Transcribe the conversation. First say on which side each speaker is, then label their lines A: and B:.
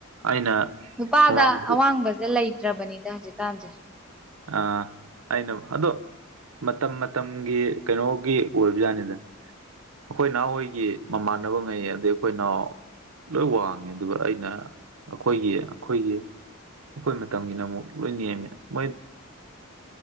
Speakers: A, on the right; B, in the centre.
A: ꯑꯩꯅ
B: ꯅꯨꯄꯥꯗ
A: ꯃꯃꯥꯡ
B: ꯑꯋꯥꯡꯕꯁꯦ ꯂꯩꯇ꯭ꯔꯕꯅꯤꯗ ꯍꯧꯖꯤꯛꯀꯥꯟꯁꯦ
A: ꯑ ꯑꯅꯕꯨ ꯑꯗꯣ ꯃꯇꯝ ꯃꯇꯝꯒꯤ ꯀꯩꯅꯣꯒꯤ ꯑꯣꯏꯕꯖꯥꯠꯅꯤꯗ ꯑꯩꯈꯣꯏ ꯅꯍꯍꯣꯏꯒꯤ ꯃꯃꯥꯟꯅꯕ ꯉꯩ ꯑꯗꯩ ꯑꯩꯈꯣꯏꯅꯍ ꯂꯣꯏ ꯋꯥꯡꯉꯦ ꯑꯗꯨꯒ ꯑꯩꯅ ꯑꯩꯈꯣꯏꯒꯤ ꯑꯩꯈꯣꯏꯒꯤ ꯑꯩꯈꯣꯏ ꯃꯇꯝꯒꯤꯅ ꯑꯃꯨꯛ ꯂꯣꯏ ꯅꯦꯝꯃꯦ ꯃꯣꯏ